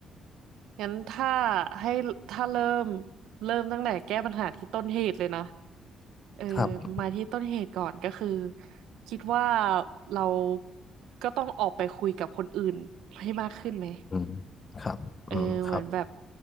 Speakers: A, on the right (about 80°); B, on the left (about 35°).
A: งั้นถ้าให้ถ้าเริ่มเริ่มตั้งแต่แก้ปัญหาที่ต้นเหตุเลยนะเออ
B: ครับ
A: มาที่ต้นเหตุก่อนก็คือคิดว่าเราก็ต้องออกไปคุยกับคนอื่นให้มากขึ้นไหม
B: อืมครับอืมครับ
A: เออเหมือนแบบ